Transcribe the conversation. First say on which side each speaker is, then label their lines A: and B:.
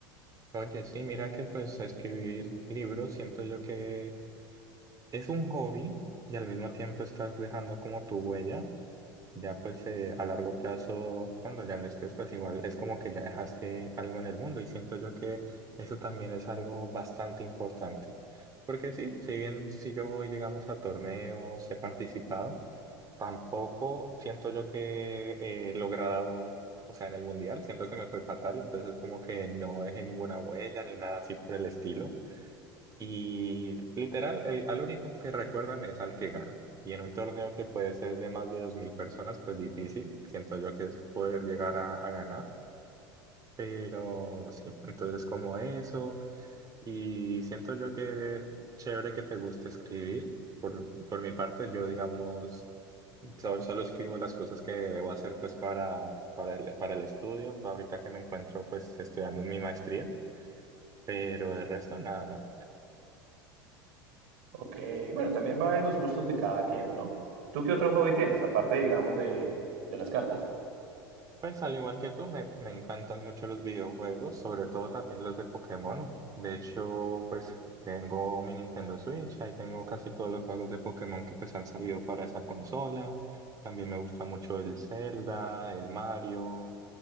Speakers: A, on the right (about 30°); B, on the right (about 60°).
A: Oye, sí, mira que pues escribir libros siento yo que es un hobby y al mismo tiempo estás dejando como tu huella. Ya pues eh, a largo plazo, cuando ya no estés, pues igual es como que ya dejaste algo en el mundo y siento yo que eso también es algo bastante importante. Porque sí, si bien si yo voy, digamos, a torneos, he participado, tampoco siento yo que he logrado, o sea, en el mundial, siento que me fue fatal, entonces como que no dejé ninguna huella ni nada así por el estilo. Y literal, el, al único que recuerdan es al que gana. Y en un torneo que puede ser de más de 2.000 personas, pues difícil, siento yo que es poder llegar a, a ganar. Pero sí, entonces como eso, y siento yo que chévere que te guste escribir. Por, por mi parte, yo digamos, solo, solo escribo las cosas que debo hacer pues para, para el, para el estudio, ahorita que me encuentro pues estudiando mi maestría, pero el resto nada más.
B: Ok, bueno, también va en los gustos de cada quien, ¿no? ¿Tú qué otro hobby tienes, aparte, digamos, de, de las cartas?
A: Pues al igual que tú, me, me encantan mucho los videojuegos, sobre todo también los de Pokémon. De hecho, pues tengo mi Nintendo Switch, ahí tengo casi todos los juegos de Pokémon que pues han salido para esa consola. También me gusta mucho el Zelda, el Mario.